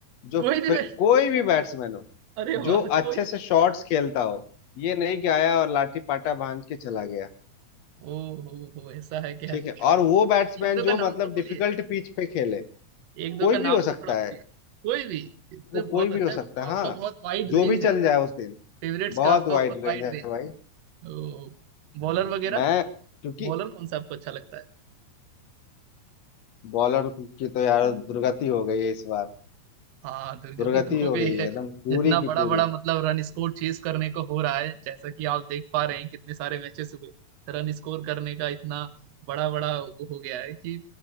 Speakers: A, on the left (about 65°); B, on the right (about 65°).
A: जो
B: कोई नहीं
A: प्र-
B: रे-
A: कोई भी बैट्समैन हो
B: अरे
A: जो
B: वाह
A: अच्छे
B: कोई
A: से शॉट्स खेलता हो ये नहीं कि आया और लाठी पाटा भांज के चला गया
B: ओ हो हो ऐसा है क्या
A: ठीक है और वो
B: तो
A: बैट्समैन
B: एक दो
A: जो
B: का नाम
A: मतलब
B: तो बोलिए
A: डिफिकल्ट पिच पे खेले
B: एक दो
A: कोई
B: का
A: भी
B: नाम
A: हो
B: तो
A: सकता
B: थोड़ा बोलिए
A: है
B: कोई भी ये तो
A: वो
B: बहुत
A: कोई भी
B: अच्छा
A: हो सकता
B: है मतलब
A: है
B: आपका
A: हाँ
B: बहुत वाइड
A: जो
B: रेंज
A: भी
B: है
A: चल जाए उस दिन
B: फेवरेट्स
A: बहुत
B: का आपका
A: वाइड
B: बहुत
A: रेंज
B: वाइड
A: है
B: रेंज
A: भाई
B: है ओ बॉलर वगैरह
A: मैं क्योंकि
B: बॉलर कौन सा आपको अच्छा लगता है
A: बॉलर की तो यार दुर्गति हो गई है इस बार
B: हाँ दुर्गति
A: दुर्गति
B: तो हो
A: हो
B: गई
A: गई
B: है
A: है एकदम पूरी
B: जितना
A: की
B: बड़ा
A: पूरी
B: बड़ा मतलब रन स्कोर चेज करने को हो रहा है जैसा कि आप देख पा रहे हैं कितने सारे मैचेस हुए रन स्कोर करने का इतना बड़ा बड़ा वो हो गया है कि